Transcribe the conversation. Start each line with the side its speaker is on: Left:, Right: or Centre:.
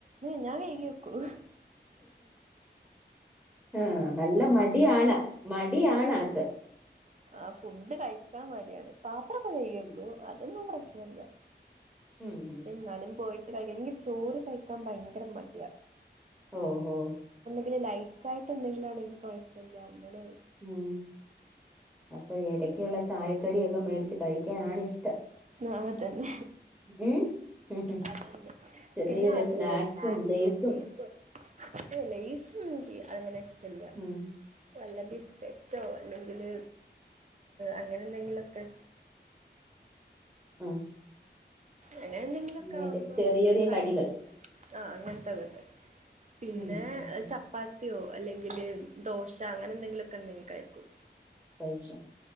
Right: ഞാൻ കഴകി വെകും
Centre: ആഹ നല്ല മടിയാണ് മടിയാണ് ആക്ക്
Right: ആ ഫുഡ് കഴിക്കാൻ മടിയാണ് പത്രക്കെ കഴുകി
Centre: ഉം
Right: വെക്കും അതൊന്നും പ്രശ്നമില്ല
Centre: ഉം ഉം
Right: ചെന്നാലും പോയിട്ട് കഴിക്കാം എനിക്ക് ചോറ് കഴിക്കാൻ ഭയങ്കര മടിയാ
Centre: ഓ ഓ
Right: പി ലൈറ്റായിട്ട എന്തെങ്കിലും ആണെങ്കിൽ കുഴപ്പമില്ല അങ്ങനെ
Centre: ഉം അപ്പൊ ഇടക്കുള്ള ചായക്കടിയൊക്കെ മേടിച്ച് കഴിക്കാനാണ് ഇഷ്ടം
Right: ആ അങ്ങനെ തന്നെ
Centre: ഉം ഉം ഉം
Right: അതന്നെ
Centre: ചെറിയ
Right: പിന്നെ
Centre: ചെറിയ
Right: അടുരെ
Centre: സ്നാക്സും
Right: സ്നാക്സോ
Centre: ലേസും
Right: ബ <inaudible> ലൈസ് ഒന്നും അങ്ങനെ ഇഷ്ടല്ല.
Centre: ഉം
Right: വല്ല ബിസ്കറ്റോ അല്ലെങ്കില് അങ്ങനെ എന്തെങ്കിലൊക്കെ
Centre: ആഹ്
Right: അങ്ങനെ എന്തെങ്കിലുംക്കെ
Centre: അങ്ങനെയൊക്കെ
Right: ആകുമ്പോ
Centre: ചെറിയ ചെറിയ
Right: കടിച്ചു
Centre: കടികൾ
Right: ആ അങ്ങനത്തെതൊക്കെ പിന്നെ
Centre: ഉം ഉം ഉം
Right: ചപ്പാത്തി യോ അല്ലെങ്കില് ദോശ അങ്ങനെ എന്തെങ്കിലുമൊക്കെ ഉണ്ടങ്കിൽ കഴിക്കും
Centre: കഴിച്ചു